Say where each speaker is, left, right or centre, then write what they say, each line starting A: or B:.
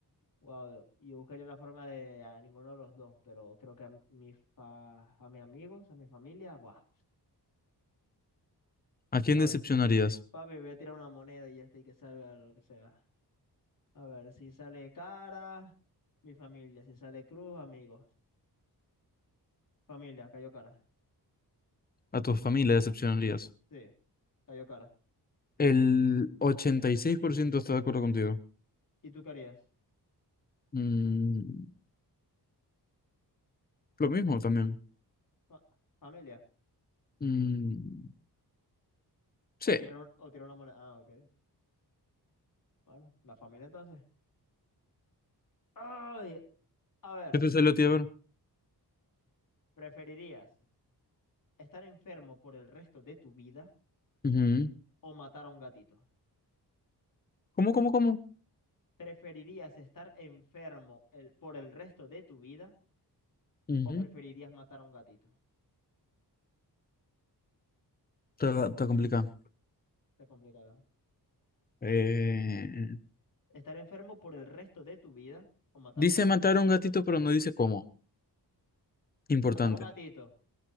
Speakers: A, on the left; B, on the left.
A: wow, yo buscaría la forma de a ninguno de los dos, pero creo que a, mi fa- a mis amigos, a mi familia, wow.
B: ¿a quién
A: Mira,
B: decepcionarías?
A: ve- papi, voy a tirar una moneda y ya está, y que salga lo que sea. A ver, si sale cara, mi familia, si sale cruz, amigos. Familia, cayó cara.
B: A tu familia decepcionarías.
A: Sí, cayó cara.
B: El ochenta y seis por ciento está de acuerdo contigo.
A: ¿Y tú qué harías?
B: Mm, Lo mismo también.
A: Fa- Familia.
B: mm, Sí.
A: O tirar, un- o tirar una moneda. Ah, ok. Bueno, la familia entonces. Ay, a ver,
B: ¿Qué te salió a ti a ver?
A: ¿preferirías estar enfermo por el resto de tu vida
B: ujú.
A: o matar a un gatito?
B: ¿Cómo, cómo, cómo?
A: ¿Preferirías estar enfermo el- por el resto de tu vida
B: Ujú,
A: o preferirías matar a un gatito?
B: Está, está complicado.
A: Está complicado. ¿eh?
B: Eh,
A: ¿Estar enfermo por el resto de tu vida o matar
B: dice
A: a un gatete?
B: matar a un gatito, pero no dice cómo. Importante,
A: Matar a un gatito.